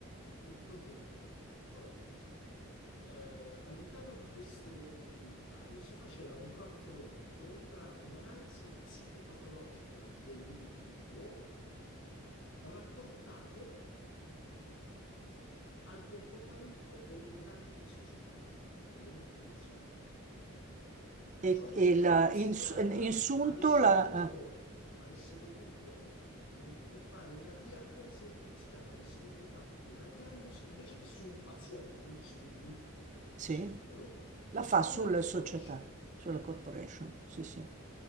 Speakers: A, on the left; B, on the right.
A: il contenuto. Cioè, eh, all'interno di questo documentario si faceva un raffronto tra un'analisi psicopatologica dell'individuo rapportato al comportamento delle grandi società, delle multinazionali. Cioè,
B: e, e
A: se
B: la,
A: uno psichiatra
B: in, in sunto
A: avesse
B: la,
A: dovuto,
B: eh,
A: avesse dovuto, come dire, fare una dia- come se uno psichiatra avesse dovuto fare una diagnosi invece che su un paziente, quindi su un individuo
B: sì,
A: singolo,
B: la
A: su
B: fa
A: una
B: sulle
A: corporation.
B: società, sulla corporation. Sì, sì.